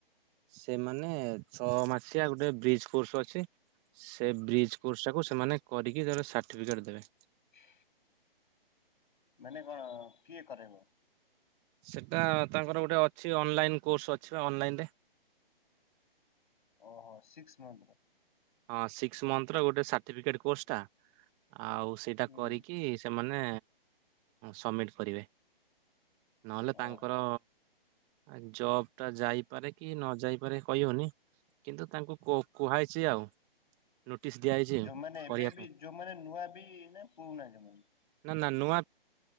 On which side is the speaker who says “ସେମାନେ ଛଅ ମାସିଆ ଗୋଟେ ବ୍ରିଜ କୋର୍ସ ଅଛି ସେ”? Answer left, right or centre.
Right